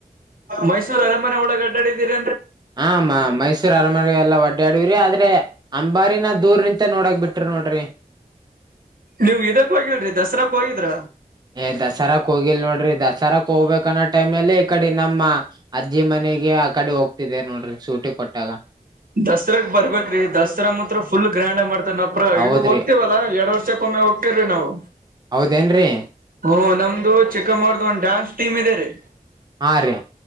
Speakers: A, on the right; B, on the right.
A: ಮೈಸೂರ್ ಅರಮನೆ ಒಳಗೆ ಅಡ್ಡಾಡಿದ್ದೀರಿ
B: ಹ -ಮೈಸೂರು ಅರಮನೆಲ್ಲ- ಲ್ಲ- ವಡ್ಡ್ಯಾಡ್ರರಿ ಆದ್ರೆ ಅಂಬಾರಿನ ದೂರ್ ನಿಂತ ನೋಡಕ್ ಬಿಟ್ರಿ ನೋಡ್ರಿ.
A: ನೀವ್ ಇದಕ್ ಹೋಗಿಲ್ ದಸರಾಕ್ ಹೋಗಿದ್ರ.
B: ಏ ದಸರಾಕ್ ಹೋಗಿಲ್ ನೋಡ್ರಿ ದಸರಾಕ್ ಹೋಬೇಕನ್ ಟೈಮಲ್ಲೇ ಈ ಕಡೆ ನಮ್ಮ ಅಜ್ಜಿ ಮನೆ. ನೆಗೆ ಆ ಕಡೆ ಹೋಗ್ತಿದೆ ನೋಡ್ರಿ ಸೂಟಿ ಕೊಟ್ಟಾಗ
A: ದಸರಾಗ ಬರ್ಬೇಕ್ರೀ ದಸರಾ ಮಾತ್ರ ಫುಲ್ ಗ್ರ್ಯಾಂಡ್. ಮಾಡ್ತನ ಅಪ್ರ
B: ಹೌದ್ರಿ
A: ಇ ಹೋಗ್ತೀವಲ್ಲಾ ಎರಡ್ ವರ್ಷಕ್ಕೊಮ್ಮೆ ಹೋಗ್ತಿವ್ರಿ ನಾವು.
B: ಹೌದೇನ್ರಿ
A: ಓ ನಮ್ದು ಚಿಕ್ಕಮ್ಮರದ ಒಂದು ಡಾನ್ಸ್ ಟೀಮ್ ಇದೆ ರೀ.
B: ಹಾ ರೀ